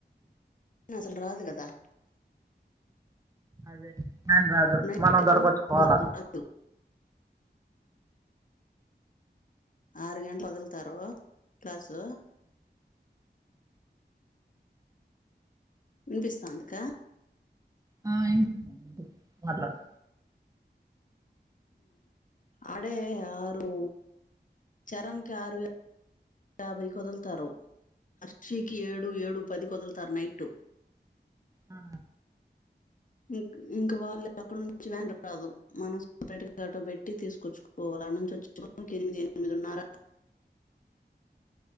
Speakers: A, on the left (about 45°); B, on the right (about 20°).
A: అసలు రాదు కదా
B: అదే నని రాదు
A: నైట్
B: మనం దొడకొచ్చుకోవాల
A: రాదు ఆరు గంటలు వదులుతారు క్లాసు వినిపిస్తోంది క
B: ఆ ఏంది మాట్లాడు
A: అడే ఆరు చరణ్ కి ఆరు యాభై కదలుతారు హర్షికి ఏడు ఏడు పదికికదులుతారు నైట్
B: ఆ
A: ఇం ఇంకా వాళ్ళు అక్కడ నుంచి వెన్ రాదు మనం సపరేట్గా ఆటో పెట్టి తీసుకొచ్చు పోవాలి ఆడ నుంచి వచ్చేటప్పటికి ఎనిమిది ఎనిమిదిన్నర